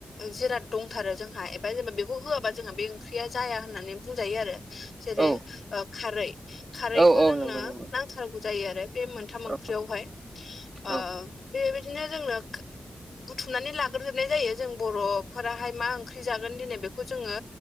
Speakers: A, on the left; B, on the right.
A: जिराद दंथार जोंहा एबा जेनेबा बे खौ होआबा जोंहा बे ओंख्रिया जाया होननानै बुंजायो आरो जेरै
B: औ
A: खारै खारैखौ
B: औ औ
A: जोंनो
B: नंगौ नंगौ
A: नांथारगौ जायो आरो बे मोनथाम
B: औ
A: ओंख्रियावहाय
B: औ
A: ओ बेबायदिनो जोंनो बुथुमनानै लाग्रोजोबनाय जायो जों बर'फोराहाय मा ओंख्रि जागोन दिनै बेखौ जोङो